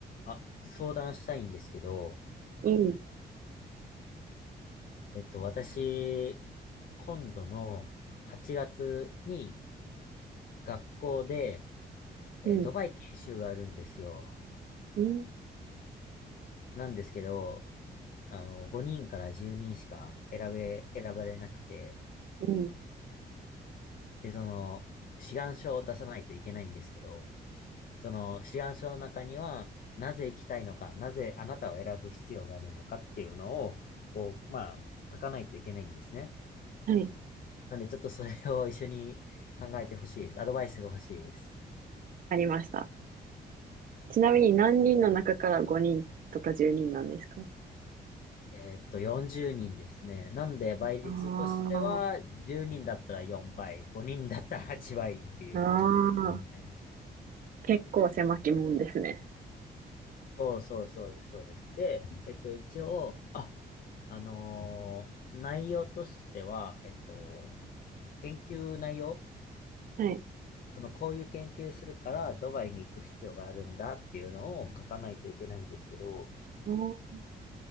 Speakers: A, on the left; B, on the right.
A: あ、相談したいんですけど、
B: うん、
A: えっと、私、今度の8月に学校で、えードバイ研修があるんですよ。
B: うん、うん、
A: なんですけど、あの、5人から10人しか選べ、選ばれなくて、
B: うん。
A: で、その、志願書を出さないといけないんですけど、その志願書の中には、なぜ行きたいのか、なぜあなたを選ぶ必要があるのかっていうのを、こう、まあ、書かないといけないんですね。
B: はい、
A: なんで、ちょっとそれを一緒に考えてほしいです。アドバイスが欲しいです。
B: ありました。ちなみに何人の中から5人とか10人なんですか
A: えーっと、40人ですね。なんで、倍率としては、
B: あ
A: 10人だったら4倍、5人だったら8倍っていうところですね。
B: あ、ああ、結構狭き門ですね。
A: そうそうそうです、そうです。で、えっと、一応、あ、あのー内容としては、えっと、研究内容、
B: はい。
A: その、こういう研究するから、ドバイに行く必要があるんだっていうのを書かないといけないんですけど、
B: おー